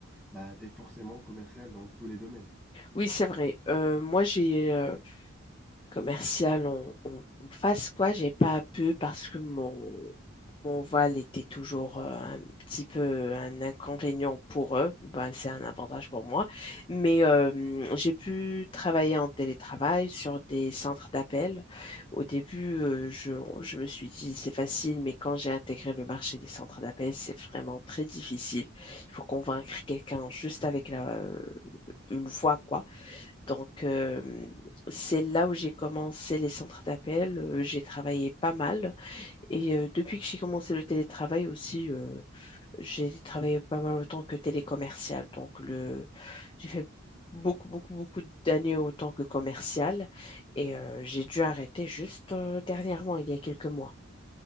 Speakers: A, in the centre; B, on the left (about 25°).
A: bah, tu es forcément commercial dans tous les domaines.
B: oui, c'est vrai. Euh, moi, j'ai euh, commercial, on, on- on fasse quoi? J'ai pas pu parce que mon, mon voile était toujours euh, un petit peu un inconvénient pour eux. Ben, c'est un avantage pour moi. Mais euh, j'ai pu travailler en télétravail sur des centres d'appel. Au début, euh, je, je me suis dit c'est facile, mais quand j'ai intégré le marché des centres d'appel, c'est vraiment très difficile. Il faut convaincre quelqu'un juste avec la, une voix, quoi. Donc, euh, c'est là où j'ai commencé les centres d'appel. Euh, J'ai travaillé pas mal. Et euh, depuis que j'ai commencé le télétravail aussi, euh, j'ai travaillé pas mal autant que télécommercial. Donc, le... j'ai fait beaucoup, beaucoup, beaucoup d'années autant que commercial. Et euh, j'ai dû arrêter juste euh, dernièrement, il y a quelques mois.